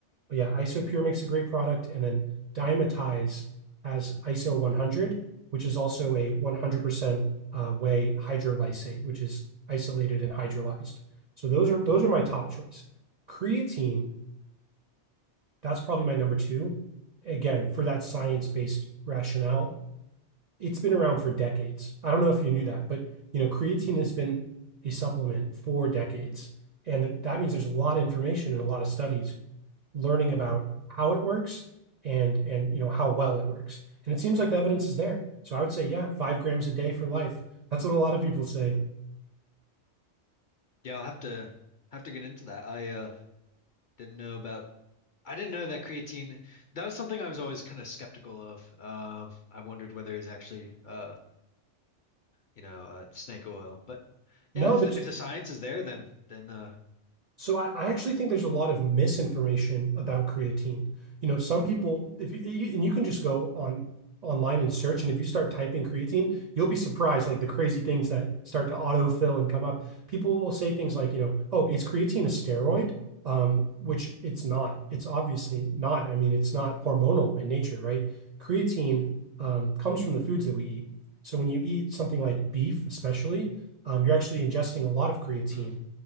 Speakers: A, on the right; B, on the left.
A: But yeah, Isopure makes a great product. And then Dymatize has ISO 100, which is also a 100% uh, whey hydrolysate, which is isolated and hydrolyzed. So those are those are my top choice. Creatine, that's probably my number two. Again, for that science-based rationale, it's been around for decades. I don't know if you knew that, but you know, creatine has been a supplement for decades. And that means there's a lot of information and a lot of studies learning about how it works and and you know how well it works. And it seems like the evidence is there. So I would say, yeah, five grams a day for life. That's what a lot of people say.
B: Yeah, I'll have to have to get into that. I uh didn't know about I didn't know that creatine that was something I was always kind of skeptical of. Um I wondered whether it was actually uh you know uh, snake oil. But
A: No,
B: yeah, if
A: there's
B: the, if the science is there then then uh
A: So I, I actually think there's a lot of misinformation about creatine. You know, some people, if you, you- and you can just go on online and search, and if you start typing creatine, you'll be surprised, like the crazy things that start to autofill and come up. People will say things like, you know, oh, is creatine a steroid? Um, which it's not. It's obviously not. I mean, it's not hormonal in nature, right? Creatine, um, comes from the foods that we eat. So when you eat something like beef, especially, um, you're actually ingesting a lot of creatine.
B: mm,